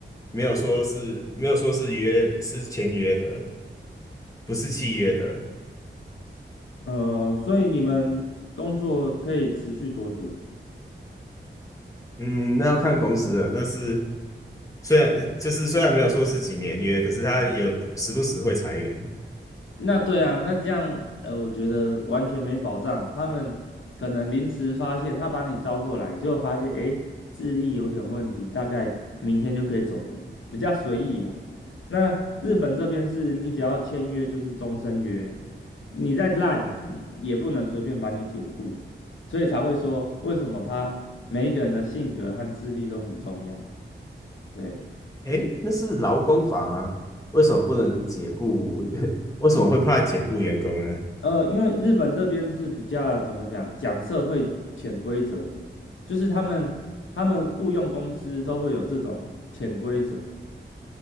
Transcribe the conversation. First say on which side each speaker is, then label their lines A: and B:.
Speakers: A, on the left; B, on the left.
A: 没有说是没有说是约是签约的，不是契约的。
B: 呃，所以你们工作可以持续多久？
A: 嗯，那要看公司了。那是虽然就是虽然没有说是几年约，可是他有时不时会裁员。
B: 那对啊，那这样呃，我觉得完全没保障。他们可能临时发现，他把你招过来，结果发现诶，智力有点问题，大概明天就可以走人，比较随意啦。那日本这边是你只要签约就是终身约，你再烂嗯也不能随便把你解雇，所以才会说为什么他每一个人的性格和智力都很重要。对。
A: 诶，那是劳工法吗？为什么不能解雇？<laughs> 为什么会怕解雇员工呢？
B: 呃，因为日本这边是比较怎么讲，讲社会潜规则的，就是他们他们雇佣公司都会有这种潜规则，